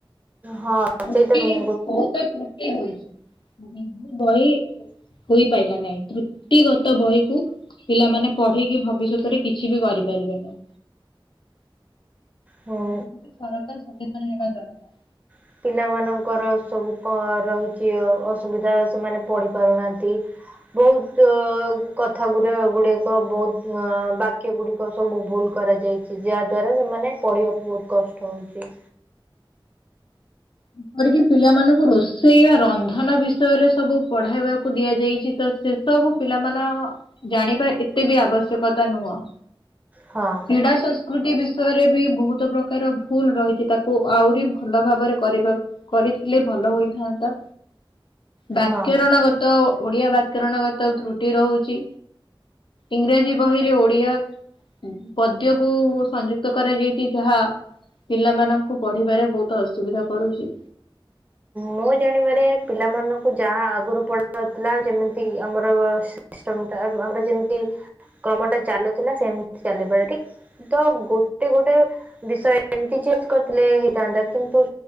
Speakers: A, on the right; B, on the left.
A: ହଁ ସେଇଟା
B: ରୁଟି
A: ହୁଁ
B: ବୋହୁତ ତୃଟି ହୋଇଚି <inaudible> ବହି ପାଇଲା ନାହିଁ ତୃତି ଗତ ବହିକୁ ଫିଲାମାନେ ପଢିକି ଭବିଷ୍ୟତରେ କିଛି ବି କରିପାରିବେ ନାଇଁ।
A: ହୁଁ
B: ସେଥିପତି ସରକାର ସଚେତନ ହେବା ଦରକାର।
A: ହ ପିଲାମାନଙ୍କର ସବୁ କ ରହିଚି ଅସୁବିଧା ସେମାନେ ପଢ଼ି ପାରୁନାହାନ୍ତି। ବୋହୁତ କଥା ଗୁଡ଼ ଗୁଡ଼ିକ ବୋହୁତ ବାକ୍ୟ ଗୁଡ଼ି ସବୁ ଭୁଲ କରାଯାଇଚି ଯାହା ଦ୍ଵାରା ସେମାନେ ପଢିବାକୁ ବୋହୁତ କଷ୍ଟ ହୋଉଚି।
B: ଯେପରିକି ପିଲାମାନଙ୍କୁ ରୋଷେଇ ବା ରନ୍ଧନ ବିଷୟରେ ସବୁ ପଢେଇବାକୁ ଦିଆଯାଇଚି ତ ସେ ସବୁ ପିଲା ମାନ ଜାଣିବା ଏତେ ବି ଆବଶ୍ୟକତା ନୁହଁ।
A: ହଁ।
B: କ୍ରୀଡ଼ା ସଂସ୍କୃତି ବିଷୟରେ ବି ବୋହୁତ ପ୍ରକାର ଭୁଲ ରହିଚି ତାକୁ ଆହୁରି ଭଲ ଭାବରେ କରିବା କରିଥିଲେ ଭଲ ହୋଇଥାନ୍ତା। ବାକ୍ୟରଣ
A: ହଁ।
B: ଗତ ଓଡିଆ ବ୍ୟାକରଣ ଗତ ତ୍ରୁଟି ରୋହୁଚି। ଇଂରାଜୀ ବାହିରେ ଓଡ଼ିଆ ପଦ୍ୟକୁ ସଂଯୁକ୍ତ କରାଯାଇଚି ଯାହା ପିଲାମାନଙ୍କୁ ପଢିବାରେ ବୋହୁତ ଅସୁବିଧା କରୁଚି।
A: ମୁଁ ଜାଣିବାରେ ପିଲାମାନଙ୍କୁ ଯାହା ଆଗରୁ ପଢ ଯାଉଥିଲା ଯେମିତି ଆମର ଶି ଇଷ୍ଟମ୍ ଟା ଆମର ଯେମତି କାମଟା ଚାଲୁଥିଲା ସେମତି ଚାଲିପାରେ ଠିକ୍ ତ ଗୋଟେ ଗୋଟେ ବିଷୟ ଏମତି ଚେଞ୍ଜ କରିଥିଲେ ହେଇଥାନ୍ତା। କିନ୍ତୁ